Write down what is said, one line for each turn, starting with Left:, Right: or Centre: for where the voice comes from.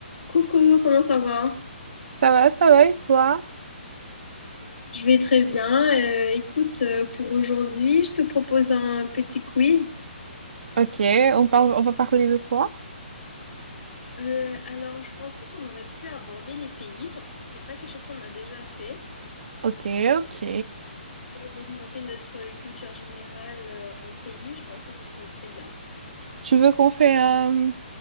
Left: Coucou, comment ça va?
Right: Ça va, ça va et toi?
Left: Je vais très bien. Euh, écoute, euh, pour aujourd'hui, je te propose un petit quiz.
Right: Ok, on parle, on va parler de quoi?
Left: Euh, alors, je pensais qu'on aurait pu aborder les pays parce que c'est pas quelque chose qu'on a déjà fait.
Right: Ok, ok.
Left: Pour d'augmenter notre culture générale euh, en pays, je pense que ce serait très bien.
Right: Tu veux qu'on fait un